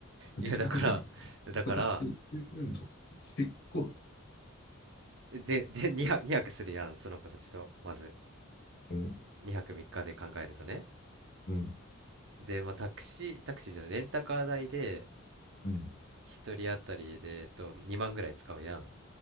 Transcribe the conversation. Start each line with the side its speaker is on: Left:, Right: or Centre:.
Left: バケモンや。
Right: いやだからだから
Left: ここは設計すんの。結構、
Right: で、で 2, 泊2泊するやんその子たちとまず
Left: うん、
Right: 2泊3日で考えるとね
Left: うん、
Right: で、まあ、タクシータクシーじゃないレンタカー代で
Left: うん、
Right: 1人当たりで、えっと、2万ぐらい使うやんっ